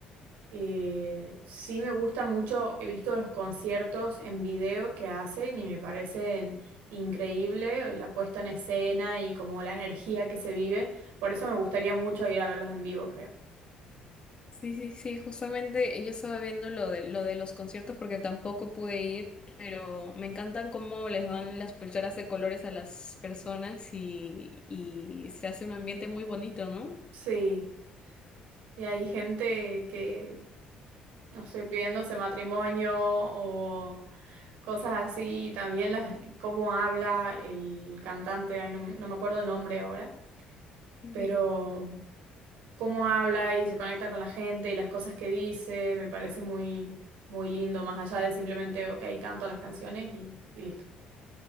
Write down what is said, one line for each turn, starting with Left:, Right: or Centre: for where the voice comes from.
Right: eh, sí me gusta mucho, he visto los conciertos en video que hacen y me parecen increíble la puesta en escena y como la energía que se vive. Por eso me gustaría mucho ir a verlos en vivo, creo.
Left: Sí, sí, sí, justamente yo estaba viendo lo de, lo de los conciertos porque tampoco pude ir, pero me encantan cómo les dan las pulseras de colores a las personas y, y se hace un ambiente muy bonito, ¿no?
Right: Sí. Y hay gente que, no sé, pidiéndose matrimonio o cosas así. y También las, cómo habla el cantante, ay, no, me no me acuerdo el nombre ahora,
Left: Sí,
Right: pero cómo habla y se conecta con la gente y las cosas que dice, me parece muy, muy lindo, más allá de simplemente, ok, canto las canciones y, y listo.